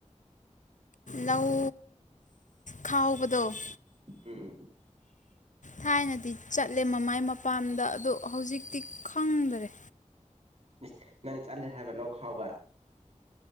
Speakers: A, on the left (about 75°); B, on the right (about 55°).
A: ꯂꯧ ꯈꯥꯎꯕꯗꯣ ꯎꯝ
B: ꯎꯝ
A: ꯊꯥꯏꯅꯗꯤ ꯆꯠꯂꯦ ꯃꯃꯥꯏ ꯃꯄꯥꯝꯗ ꯑꯗ ꯍꯧꯖꯤꯛꯇꯤ ꯈꯪꯗꯔꯦ
B: ꯏꯁ ꯅꯪ ꯆꯠꯂꯦ ꯍꯥꯏꯕ ꯂꯧ ꯈꯥꯎꯕ